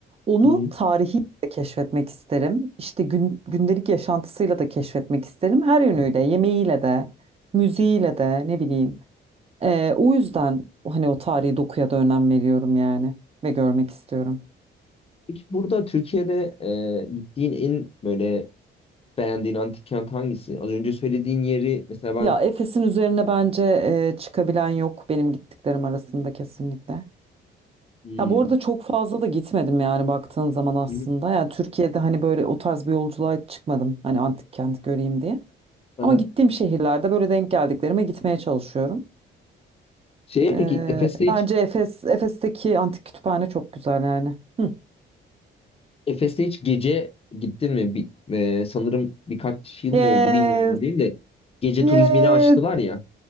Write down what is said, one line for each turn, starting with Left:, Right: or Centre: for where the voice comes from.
Right: onu
Left: hı.
Right: tarihi de keşfetmek isterim. İşte gün, gündelik yaşantısıyla da keşfetmek isterim. Her yönüyle,
Left: Hı
Right: yemeğiyle de, müziğiyle de ne bileyim. Ee, o yüzden hani o tarihi dokuya da önem veriyorum yani ve görmek istiyorum.
Left: Peki burada Türkiye'de e, gittiğin en böyle beğendiğin antik kent hangisi? Az önce söylediğin yeri mesela ben
Right: Ya Efes'in üzerine bence e, çıkabilen yok benim gittiklerim arasında kesinlikle.
Left: hmm,
Right: Ya bu arada çok fazla da gitmedim yani baktığın zaman aslında.
Left: hı hı,
Right: Yani Türkiye'de hani böyle o tarz bir yolculuğa hiç çıkmadım. Hani antik kent göreyim diye.
Left: aha.
Right: Ama gittiğim şehirlerde böyle denk geldiklerime gitmeye çalışıyorum.
Left: Şeye
Right: Ee,
Left: peki Efes'te
Right: bence
Left: hiç
Right: Efes, Efes'teki antik kütüphane çok güzel yani. Hı.
Left: Efes'te hiç gece gittin mi? Bir, e, sanırım birkaç yıl
Right: Yes,
Left: mı oldu bilmiyorum değil de gece
Right: yes.
Left: turizmini açtılar ya.